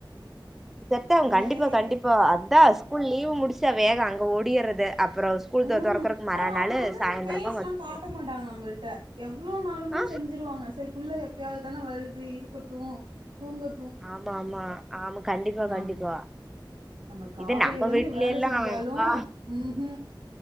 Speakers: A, in the centre; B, on the right (about 85°).
A: செட்டாகு
B: அய்
A: கண்டிப்பா கண்டிப்பா அதா ஸ்கூல் லீவு முடிச்சா வேக அங்க ஓடிறது அப்புறோ ஸ்கூல்
B: ம்
A: தொ தொறக்கறக்கு மறாநாளு
B: ஆனா அவங்க வந்து அந்த
A: சாயந்தரமா
B: பேஸ்லா
A: வந்துருவோ
B: காட்ட மாட்டாங்க நம்மள்ட்ட எவ்ளோ நாளுமே
A: ஆ
B: செஞ்சிருவாங்க சரி புள்ள எப்பயாது தானே வருது இருக்கட்டு தூங்க
A: ஆமா ஆமா ஆம்ம கண்டிப்பா
B: நம்
A: கண்டிப்பா
B: நம்ம காலையில
A: இது நம்ம
B: இந்து
A: வீட்லயெல்லாம்
B: வேல செஞ்சாலு
A: ஆ
B: ம் ம்